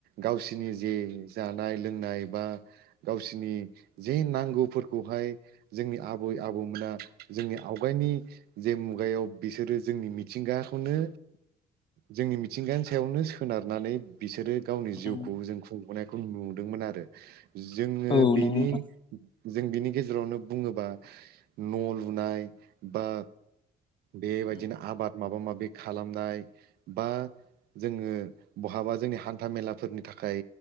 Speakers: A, on the right; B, on the left.
A: गावसिनि जे जानाय लोंनाय बा गावसिनि जे नांगौफोरखौहाय जोंनि आब आबै आबौमोना जोंनि आवगायनि जे मुगायाव बिसोरो जोंनि मिथिंगाखौनो जोंनि मिथिंगानि सायावनो सोनारनानै बिसोरो गावनि
B: उम,
A: जिउखौ जों खुंबोनाय नुदोंमोन आरो। जोङो
B: औ
A: बेनि
B: नंगौ नोंथां
A: जों बिनि गेजेरावनो बुङोबा न' लुनाय बा बेबायदिनो
B: उम,
A: आबाद माबा माबि खालामनाय बा जोङो बहाबा जोंनि हान्था मेलाफोरनि थाख खाय